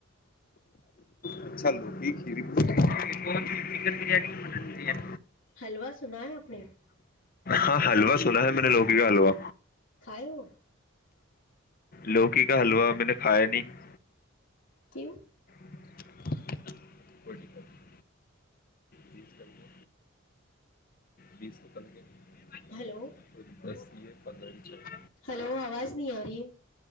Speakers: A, on the left; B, on the left.
A: اچھا لو چن بانی مٹن بانی
B: حلوا سنا ہے آپ نے
A: ہاں حلوا سنا ہے میں نے لوکی کا حلوا
B: کھائے وہ <unintelligible>
A: لوکی کا حلوا میں نے کھایا نہیں
B: کیم <unintelligible>
A: <inaudible> بیس کر دو بیس سو کل کے <unintelligible>
B: ہلو
A: بس <unintelligible> یہ بدلج <unintelligible>
B: ہلو آواز نہیں آ رہی ہے <unintelligible>